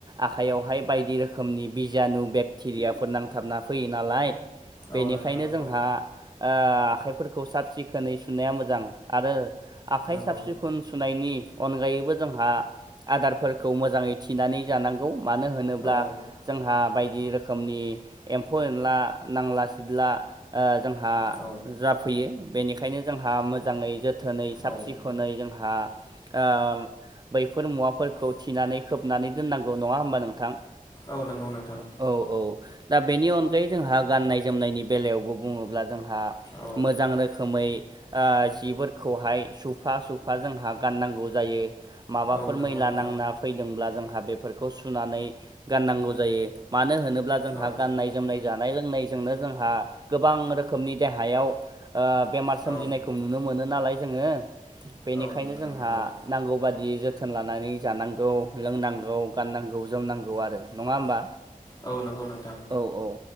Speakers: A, on the right; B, on the left.
A: आखायावहाय बायदि रोखोमनि बिजानु बेक्ति रियाफोर नांथाबना फैयो नालाय बेनिखायनो
B: औ नोंथां नंगौ
A: जोंहा ओ आखाइफोरखौ साब सिखोनै सुनाया मोजां आरो आखाइ
B: नंगौ
A: साब सिखोन खुन सुनायनि अनगायैबो जोंहा आदारफोरखौ मोजाङै थिनानै जानांगौ मानो होन होनोब्ला
B: औ
A: जोंहा बायदि रोखोमनि एम्फौ एनला नांला सिदला ओ जोंहा
B: औ
A: जाफैयो बेनिखायनो जोंहा मोजाङै जोथो थोनै साब
B: औ
A: सिखोनै जोंहा ओ बैफोर मुवा फोरखौ थिनानै खोबनानै दोननांगौ नङा होमबा नोंथां
B: औ नंगौ नोंथां
A: औ औ दा बेनि अनगायै जोंहा गान्नाय जोमनायनि बेलायावबो बुङोब्ला जों हा
B: औ
A: मोजां रोखोमै आ जिफोरखौहाय सुफा सुफा जोंहा गाननांगौ जायो माबाफोर
B: औ नंगौ
A: मैला
B: नोंथां
A: नांना फैदोंब्ला जोंहा बेफोरखौ सुनानै गाननांगौ जायो मानो होनोब्ला जोंहा
B: औ
A: गाननाय जोमनाय जानाय लोंनायजोंनो जोंहा गोबां रोखोमनि देहायाव बेमार सोमजिनाय
B: औ
A: खौ नुनो मोनो नालाय जोङो बेनिखायनो
B: औ नोंथां
A: जोंहा
B: नंगौ
A: नांगौ बादि जोथो थोन लानानै जानांगौ लोंनांगौ गाननांगौ जोमनांगौ आरो नङा होमबा
B: औ नंगौ नोंथां
A: औ औ